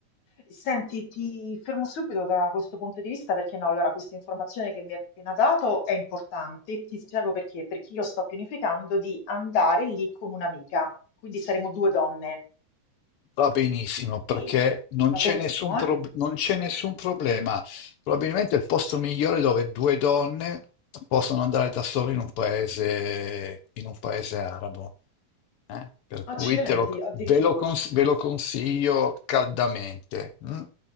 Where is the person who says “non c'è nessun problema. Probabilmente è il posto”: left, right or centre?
Left